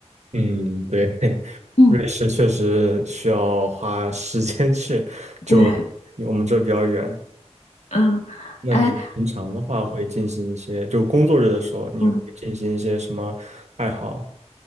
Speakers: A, on the right; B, on the left.
A: 嗯，对，<laughs>
B: <laughs> 嗯，
A: 瑞士确实需要花时间去，就离我们这比较远。
B: 对，嗯，
A: 那你平常的话会进行一些，
B: 哎，
A: 就工作日的时候，你会进行一些什么爱好？
B: 嗯